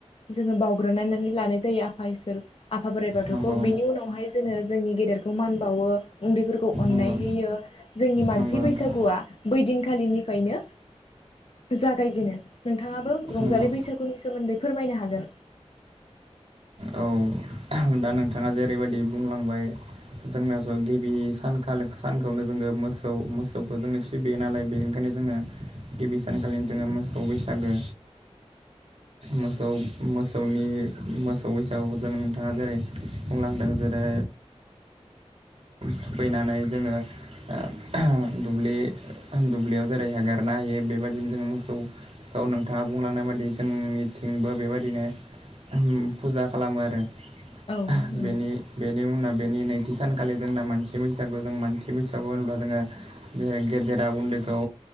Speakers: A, on the left; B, on the right.
A: जोङो बावग्रोनायनानै लानाय जायो आफा इसोर आफा बोराइ बाथौखौ
B: नंगौ
A: बिनि उनावहाय जोङो जोंनि गेदेरखौ मान बावो उन्दैफोरखौ अननाय
B: नंगौ
A: होयो जोंनि मानसि
B: नंगौ नोंथां
A: बैसागुआ बै दिनखालिनिफ्रायनो जागायजेनो। नोंथाङाबो रंजालि
B: नंगौ
A: बैसागुनि सोमोन्दै फोरमायनो हागोन।
B: औ दा नोंथाङा जेरैबायदि बुंलांबाय जोंना ज' गिबि सानखालि सानखौनो जोङो मोसौ मोसौखौ जोङो सिबियो नालाय बेनिखायनो जोङो गिबि सानखालिनो जोङो मोसौ बैसागो मोसौ मोसौनि मोसौ बैसागुखौ जों बिथाङा जेरै बुंलांदों जेरै थुखैनानै जोङो ओ दुब्लि दुब्लियाव जेरै हगारना होयो बेबायदिनो जोङो मोसौ औ नोंथाङा बुंलांनाय बादि जोंनिथिंबो बेबायदिनो ओम फुजा खालामो आरो। बेनि
A: औ नंगौ
B: बेनि उनाव बेनि नैथि सानखालि जोंना मानसि बैसागु जों मानसि बैसागु होनोब्ला जोङो जेरै गेदेरा उन्दै खौ